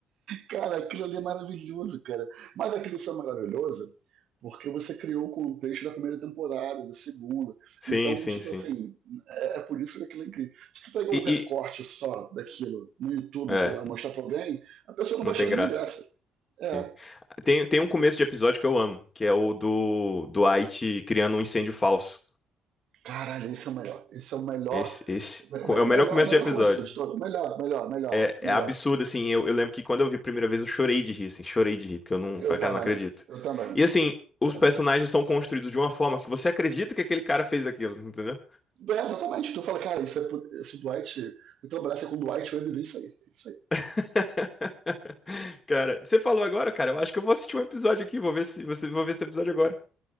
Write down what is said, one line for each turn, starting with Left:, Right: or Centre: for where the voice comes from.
Right: Cara, aquilo ali é maravilhoso, cara. Mas aquilo só é maravilhoso porque você criou o contexto da primeira temporada, da segunda.
Left: Sim,
Right: Então,
Left: sim,
Right: tipo
Left: sim.
Right: assim, é, é por isso que aquilo é incrível. Se tu pegar
Left: E,
Right: o recorte
Left: e-
Right: só daquilo no YouTube,
Left: é,
Right: sei lá, mostrar pra alguém, a pessoa não
Left: não
Right: vai achar
Left: tem
Right: nenhuma
Left: graça.
Right: graça. É.
Left: Sim. Tem, tem um começo de episódio que eu amo, que é o do do Dwight criando um incêndio falso.
Right: Caralho, esse é o melhor. Esse é o melhor.
Left: Esse, esse
Right: me-
Left: co-
Right: me-
Left: é o melhor
Right: Melhor,
Left: começo
Right: melhor
Left: de episódio.
Right: começo de todo. Melhor, melhor, melhor,
Left: É,
Right: melhor.
Left: é absurdo, assim. Eu, eu lembro que quando eu vi a primeira vez, eu chorei de rir, assim. Chorei de rir, porque eu não. falei,
Right: Eu também.
Left: Cara, não acredito.
Right: Eu também.
Left: E assim, os
Right: tá
Left: personagens são construídos de uma forma que você acredita que aquele cara fez aquilo, entendeu?
Right: É, exatamente. Tu fala, cara, isso é, pu- esse Dwight. Se tu trabalhasse com o Dwight, eu ia viver isso aí. É Isso aí.
Left: <laughs> Cara, você falou agora, cara. Eu acho que eu vou assistir um episódio aqui. Vou ver se você vou ver esse episódio agora.